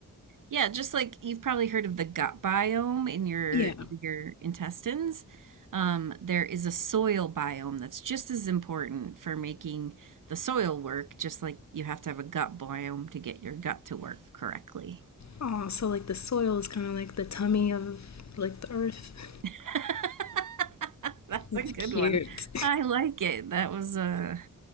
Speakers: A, on the right; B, on the left.
A: Yeah, just like you've probably heard of the gut biome in your
B: Yeah.
A: in your intestines. Um, there is a soil biome that's just as important for making the soil work, just like you have to have a gut biome to get your gut to work correctly.
B: Oh, so like the soil is kind of like the tummy of like the earth. <laughs>
A: <laughs> That's
B: It's
A: a good
B: cute.
A: one. I like it. That was a